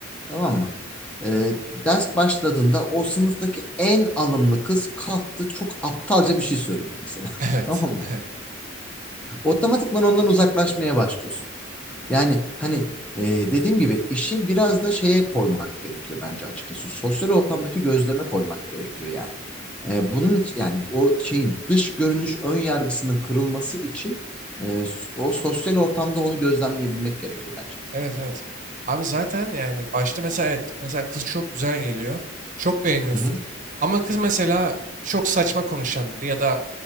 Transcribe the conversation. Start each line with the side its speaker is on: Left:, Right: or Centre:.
Centre: tamam mı? Ee, ders başladığında o sınıftaki en alımlı kız kalktı çok aptalca bir şey söyledi mesela.
Right: <laughs> Evet.
Centre: <laughs> Tamam mı?
Right: Evet.
Centre: Otomatikman ondan uzaklaşmaya başlıyorsun. Yani hani e, dediğim gibi işi biraz da şeye koymak gerekiyor bence açıkçası. Sosyal ortamdaki gözleme koymak gerekiyor yani. E, bunun için yani o şeyin dış görünüş ön yargısının kırılması için e, o sosyal ortamda onu gözlemleyebilmek gerekiyor bence.
Right: Evet evet. Abi zaten yani başta mesela evet mesela kız çok güzel geliyor. Çok beğeniyorsun.
Centre: Hı hı.
Right: Ama kız mesela çok saçma konuşan biri ya da